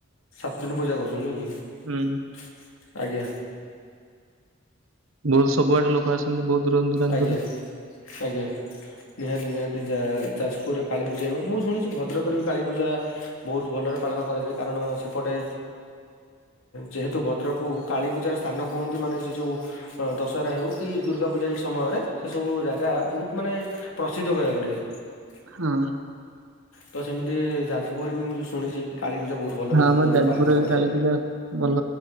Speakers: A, on the left; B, on the right.
A: ସାତ ଦିନ ପୂଜା କରୁଚ ନୁହଁ କି?
B: ହୁଁ
A: ଆଜ୍ଞା।
B: ବହୁତ ସବୁଆଡେ ଲୋକ ଆସନ୍ତି ବହୁତ ଦୂର ଦୂରାନ୍ତରୁ।
A: ଆଜ୍ଞା ଆଜ୍ଞା ନିହାତି ନିହାତି । ଯା ଯାଜପୁରରେ କାଳୀପୂଜା ହୁଏ ମୁଁ ଶୁଣିଚି ଭଦ୍ରକରେ ବି କାଳୀପୂଜା ବହୁତ ଭଲରେ ପାଳନ କରାଯାଏ କାରଣ ଅଣ ସେପଟେ ଯେହେତୁ ଭଦ୍ରକକୁ କାଳୀପୂଜାର ସ୍ଥାନ କୁହନ୍ତି ମାନେ ସେ ଯେଉଁ ଅ ଦଶହରା ହେଉ କି ଦୁର୍ଗା ପୂଜା ଏହି ସମୟରେ ସେ ସବୁ ଜାଗା ବହୁତ ମାନେ ପ୍ରସିଦ୍ଧ କହିବାକୁ ଗଲେ ।
B: ହଁ।
A: ତ ସେମିତି ଯାଜପୁର ବି ମୁଁ ଶୁଣିଚି। କାଳୀ ପୂଜା ବହୁତ ଭଲରେ
B: ହଁ
A: ଧୁମଧାମରେ
B: ଆମ ଯାଜପୁରରେ
A: ପାଳନ କରାଯାଏ।
B: କାଳୀ ପୂଜା ଭଲ